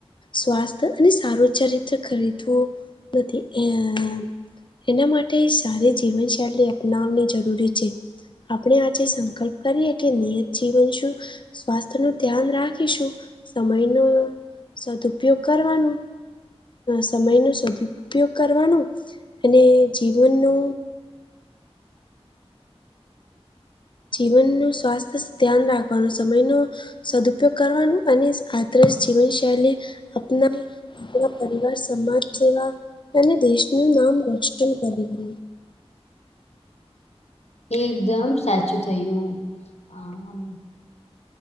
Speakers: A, on the left (about 50°); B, on the left (about 85°).
A: સ્વાસ્થ્ય અને સારું ચરિત્ર ખરીદવું નથી. આ એના માટે સારી જીવનશૈલી અપનાવની જરૂરી છે. આપણે આજે સંકલ્પ કરીએ. કે નિયત જીવન શું સ્વાસ્થ્ય નું ધ્યાન રાખીશું. સમય નો સદુપયોગ કરવાનું સમય નો સદ ઉપયોગ કરવાનું. અને જીવનનો જીવનનું સ્વાસ્થ્ય ધ્યાન રાખવાનો. સમયનો સદુપયોગ કરવાનું. અને આદર્શ જીવન શૈલી આપના આપણા પરિવાર સમાજ સેવા અને દેશનું નામ રોશન કરીએ.
B: એ એકદમ સાચું જોઈએ. અહ